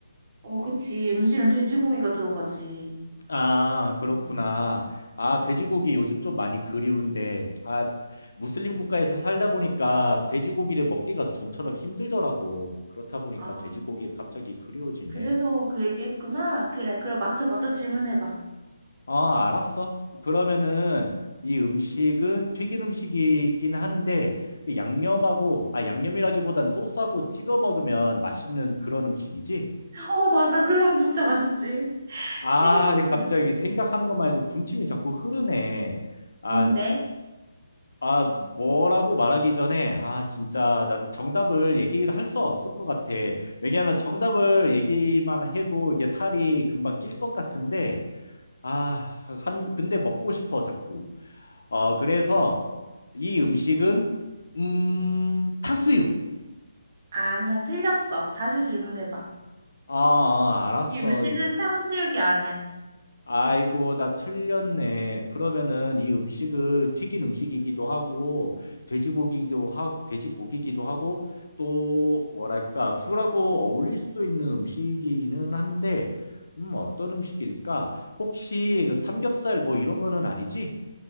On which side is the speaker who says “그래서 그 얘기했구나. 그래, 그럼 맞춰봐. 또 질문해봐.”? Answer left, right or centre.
Right